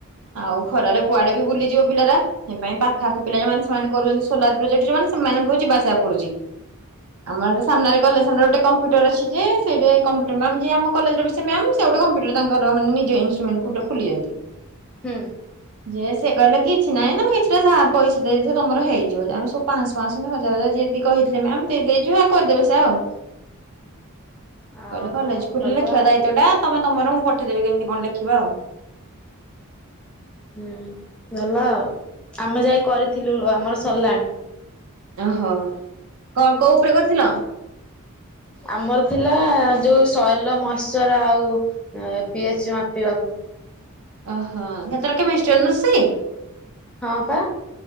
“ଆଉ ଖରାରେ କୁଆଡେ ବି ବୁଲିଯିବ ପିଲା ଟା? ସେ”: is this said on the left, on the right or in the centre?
Right